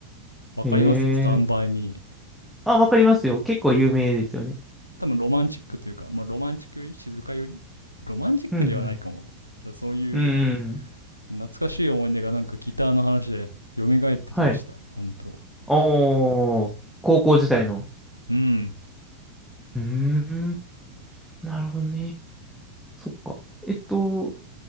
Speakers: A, on the left; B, in the centre.
A: わかりますスタンドバイミー。
B: へえ。あ、わかりますよ。結構有名ですよね。
A: そう。多分ロマンチックというか、まあ、ロマンチックより静かよりロマンチックではないかも。
B: うん、うん。
A: だそういう
B: うん。
A: 懐かしい思い出がなんかギターの話で蘇ってきました。
B: はい。
A: 本当
B: おー、高校時代の。
A: うん。
B: うーん。なるほどね。そっか。えっと、